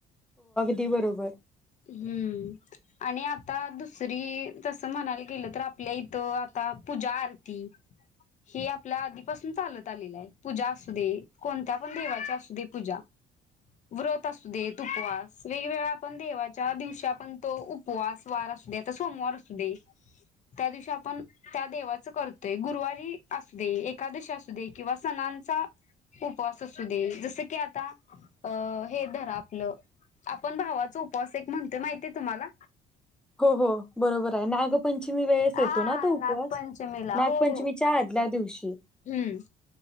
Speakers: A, in the centre; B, on the left (about 45°).
A: हे बरोबर.
B: हम्म आणि आता दुसरी जस म्हणायला गेलं तर आपल्या इथं पूजा, आरती हे आपल्या आधीपासून चालत आलेलं आहे. पूजा असू दे. कोणत्या पण देवाची असू दे पूजा. व्रत असू देेत. उपवास वेगवेगळा आपण देवा च्या दिवशी आपण तो उपवास वार असू दे. आता सोमवार असू दे. त्या दिवशी आपण त्या देवाच करतोय. गुरुवारी असू दे एकादशी असू दे किंवा सणा उपवास असू दे. जस की, आता अ हे धारा आपलं आपण भावाचा उपवास एक म्हणतोय माहितीय तुम्हाला..
A: हो हो बरोबर आहे. नागपंचमी वेळेस
B: हा
A: येतो ना तो उपवास
B: नागपंचमीला
A: नागपंचमीच्या
B: हो हो
A: आधी आदल्या दिवशी
B: हम्म,